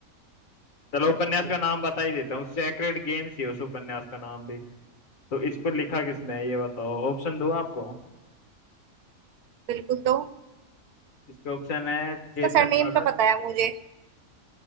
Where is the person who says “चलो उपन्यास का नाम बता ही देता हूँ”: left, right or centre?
Left